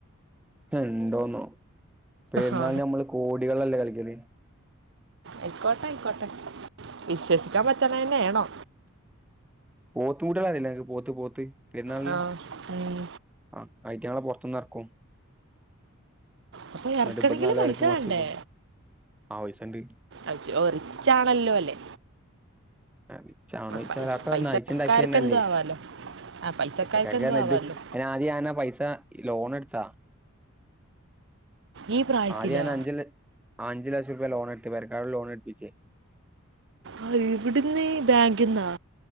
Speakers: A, in the centre; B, on the right.
A: റ്റെ ഇണ്ടോന്നോ പെരുന്നാൾന്
B: ആ
A: നമ്മള് കോടികളല്ലേ കളിക്കല്
B: ആയ്ക്കോട്ടെ ആയിക്കോട്ടെ വിശ്വസിക്കാൻ പറ്റ്ണതന്നെ ആണോ
A: പോത്തും കൂട്ടിയാളെ അറീല്ലെ അനക്ക് പോത്ത് പോത്ത് പെരുന്നാളിന്
B: ആ ഉം.
A: ആഹ് അയ്റ്റങ്ങളെ പോറത്തുന്ന് എറക്കും
B: അപ്പൊ ഇറക്കണമെങ്കിൽ
A: ന്നിട്ട് ഇബ്ട്‌ന്ന് നല്ല വെലക്കും
B: പൈസ
A: മർച്ച്ക്കും
B: വേണ്ടേ
A: ആ പൈസണ്ട്
B: അജ്ജോ റിച്ചാണല്ലോല്ലേ
A: റിച്ചാണോയ്ച്ച
B: പൈ-
A: എളാപ്പ
B: പൈസക്കാർക്ക്
A: നയിച്ചിണ്ടാക്കിയ തന്നെല്ലേ
B: എന്തോ ആവാലോ ആ പൈസക്കാർക്ക്
A: പൈസക്കാര്ക്കാ
B: എന്തോ
A: <unintelligible>
B: ആവാലോ
A: അയ്ൻ ആദ്യ ഞാൻ ആ പൈസ ലോൺ എടുത്താ
B: ഈ പ്രായത്തിലാ
A: ആദ്യ ഞാൻ അഞ്ചുലക് അഞ്ചു ലക്ഷം രൂപ ലോൺ എടുത്ത് പേരക്കരോട് ലോൺ എടുപ്പിച്ച്
B: അഹ് എവിടുന്ന് ബാങ്കിന്നോ